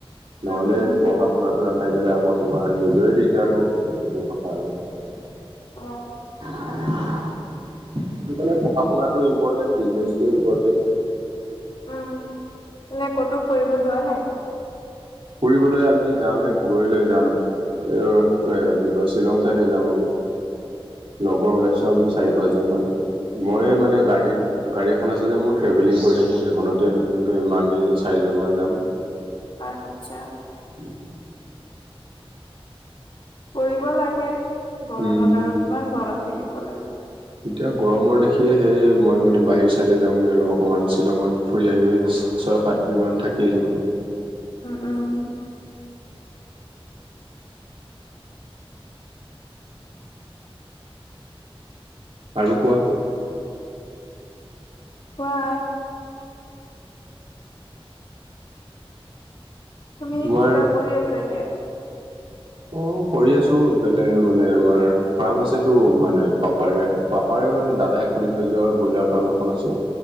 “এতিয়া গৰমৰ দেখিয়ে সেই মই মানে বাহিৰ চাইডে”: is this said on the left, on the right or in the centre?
Right